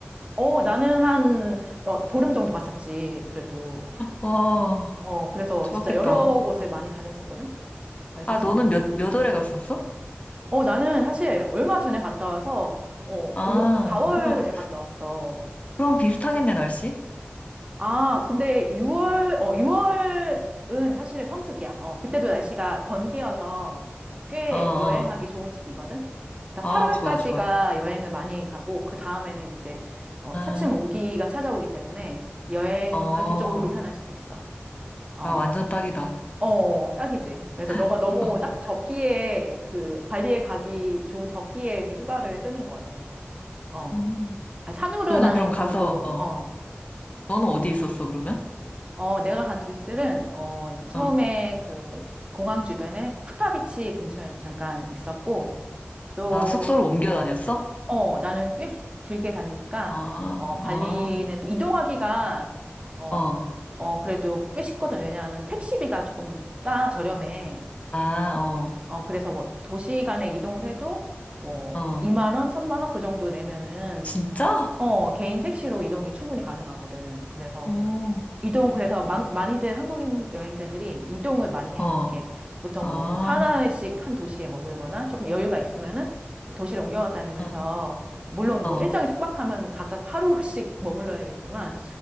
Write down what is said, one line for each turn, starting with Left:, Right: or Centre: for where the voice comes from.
Right: 어, 나는 한 어, 보름 정도 갔었지, 그래도.
Left: 와,
Right: 어, 그래서
Left: 좋았겠다.
Right: 진짜 여러 곳을 많이 다녔었거든. 그래서
Left: 아,
Right: 지금.
Left: 너는 몇, 몇 월에 갔었어?
Right: 어, 나는 사실 얼마 전에 갔다 와서 어,
Left: 아,
Right: 오 4월에
Left: 그럼,
Right: 갔다 왔어.
Left: 그럼 비슷하겠네, 날씨?
Right: 아, 근데 6월, 어, 6월은 사실 성수기야. 어, 그때도 날씨가 건기여서 꽤
Left: 어, 어,
Right: 여행하기 좋은 시기거든? 일단
Left: 어,
Right: 8월까지가
Left: 좋아, 좋아.
Right: 여행을 많이 가고, 그 다음에는 이제, 어,
Left: 응,
Right: 차츰 우기가 찾아오기 때문에 여행하기
Left: 어.
Right: 조금 불편할 수도 있어. 어,
Left: 아, 완전 딱이다.
Right: 어, 딱이지. 그래서 너가
Left: <laughs>
Right: 너무 딱 적기에 그 발리에 가기 좋은 적기에 그 휴가를 쓰는 것 같아. 어,
Left: 음.
Right: 아, 산후르라는
Left: 너는 그럼 가서,
Right: 곳도,
Left: 어,
Right: 어,
Left: 너는 어디 있었어, 그러면?
Right: 어, 내가 간 도시들은, 어, 이제 처음에
Left: 어,
Right: 그 공항 주변에 그 쿠타비치 근처에도 잠깐 있었고, 또,
Left: 아, 숙소를 옮겨 다녔어?
Right: 어, 나는 꽤 기- 길게 다니니까,
Left: 아,
Right: 어, 발리는
Left: 어,
Right: 또 이동하기가, 어,
Left: 어,
Right: 어, 그래도 꽤 쉽거든. 왜냐하면 택시비가 조금 싸, 저렴해.
Left: 아, 어,
Right: 어, 그래서 뭐 도시 간에 이동을 해도 뭐
Left: 어,
Right: 2만 원, 3만 원 그 정도 내면은,
Left: 진짜?
Right: 어, 개인 택시로 이동이 충분히 가능하거든. 그래서
Left: 어,
Right: 이동, 그래서 많- 많이들 한국인 여행자들이 이동을 많이 해.
Left: 어,
Right: 이렇게 보통
Left: 아,
Right: 뭐 사나흘씩 한 도시에 머물거나 조금 여유가 있으면은 도시를 옮겨갔다 다니면서
Left: 어.
Right: 물론
Left: 어.
Right: 뭐 일정이 촉박하면 각각 하루씩 머물러야겠지만,